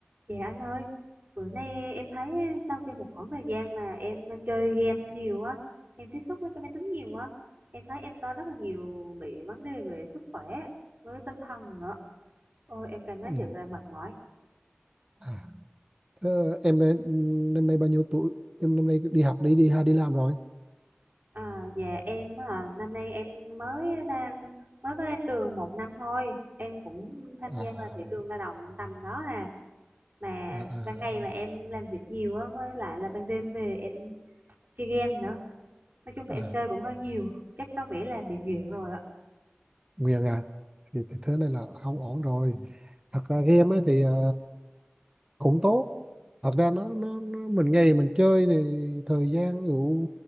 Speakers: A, on the right; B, on the right.
A: Dạ anh ơi, bữa nay em thấy sau khi một khoảng thời gian mà em chơi game nhiều á, em tiếp xúc với cái máy tính nhiều á, em thấy em có rất là nhiều bị vấn đề về sức khỏe với tinh thần nữa. Ôi em cảm thấy
B: Ừ.
A: thiệt là mệt mỏi.
B: À, thế em đây, ừ, năm nay bao nhiêu tuổi? Em năm nay đi học đi đi hay đi làm rồi?
A: À, dạ em à, năm nay em mới đang mới có ra trường một năm thôi, em cũng tham
B: À,
A: gia vào thị trường lao động tầm đó nè, mà
B: à, à,
A: ban ngày mà em làm việc nhiều á, với lại là ban đêm về em chơi game nữa. nói chung là
B: à,
A: em chơi cũng hơi nhiều chắc có vẻ là bị nghiện rồi ạ
B: Nguyên à, thì, thì thế này là không ổn rồi. Thật ra game ấy thì à, cũng tốt, thật ra nó, nó nó mình ngày mình chơi thì thời gian ví dụ